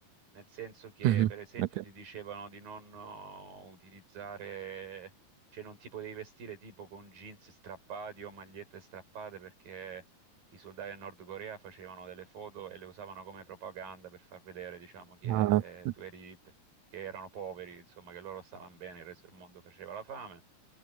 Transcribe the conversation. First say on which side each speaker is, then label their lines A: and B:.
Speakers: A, on the right; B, on the right.
A: Nel senso che,
B: Mhm.
A: per esempio,
B: Ok.
A: ti dicevano di non oh, utilizzare cioè non ti potevi vestire tipo con jeans strappati o magliette strappate perché i soldati del Nord Corea facevano delle foto e le usavano come propaganda per far vedere, diciamo, che
B: Ah,
A: eh,
B: Mm.
A: tu eri, che erano poveri, insomma, che loro stavano bene, il resto del mondo faceva la fame.